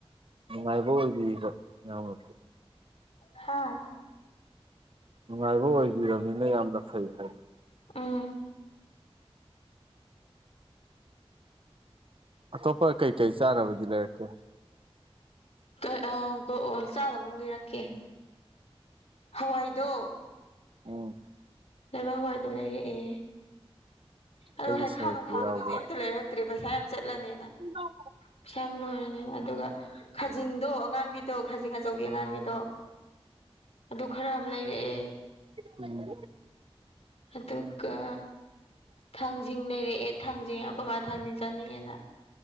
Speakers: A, on the right; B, on the left.
A: ꯅꯨꯡꯉꯥꯏꯕ ꯑꯣꯏꯕꯤꯔꯤꯗꯣ ꯌꯥꯝꯅ
B: ꯍꯥ
A: ꯅꯨꯡꯉꯥꯏꯕ ꯑꯣꯏꯕꯤꯔꯝꯅꯤꯅ ꯌꯥꯝꯅ ꯐꯩ ꯍꯥꯏꯕ
B: ꯎꯝ
A: ꯑꯇꯣꯞꯄ ꯀꯩ-ꯀꯩ ꯆꯥꯅꯕꯗꯤ ꯂꯩꯔꯛꯀꯦ
B: ꯑꯥ ꯑꯣ ꯑꯣ ꯆꯥꯅꯥꯕꯃꯨꯛ ꯂꯩꯔꯛꯀꯦ ꯍꯋꯥꯏꯗꯣ
A: ꯑꯣ
B: ꯂꯩꯕꯥꯛ ꯍꯋꯥꯏꯗꯣ ꯂꯩꯔꯛꯑꯦ ꯑꯗꯨ
A: ꯑꯩꯒꯤ
B: ꯍꯩꯈꯥ
A: ꯁꯔꯨꯛꯇꯤ
B: ꯅꯨꯡꯈꯥꯒꯗꯨꯗꯤ
A: ꯌꯥꯎꯕ꯭ꯔꯥ
B: ꯑꯃꯠꯇ ꯂꯩꯔꯛꯇ꯭ꯔꯦ ꯄꯩꯁꯥ ꯌꯥꯝ ꯆꯠꯂꯅꯤꯅ
A: ꯍ
B: ꯄꯩꯁꯥ ꯌꯥꯝ ꯂꯣꯏꯔꯅꯦꯅ ꯑꯗꯨꯒ ꯈꯥꯖꯤꯡꯗꯣ ꯑꯉꯥꯡꯕꯤꯗꯣ ꯈꯥꯖꯤꯡ ꯑꯆꯧꯕꯤ ꯑꯉꯥꯡꯕꯤꯗꯣ ꯑꯗꯨ ꯈꯔ ꯑꯃꯥ ꯂꯩꯔꯛꯑꯦ
A: ꯥ <unintelligible>
B: ꯑꯗꯨꯒꯥ ꯊꯥꯡꯖꯤꯡ ꯂꯩꯔꯛꯑꯦ ꯊꯥꯡꯖꯤꯡ ꯑꯩꯈꯣꯏ ꯃꯥ ꯊꯥꯡꯖꯤꯡ ꯆꯥꯅꯤꯡꯉꯦꯅ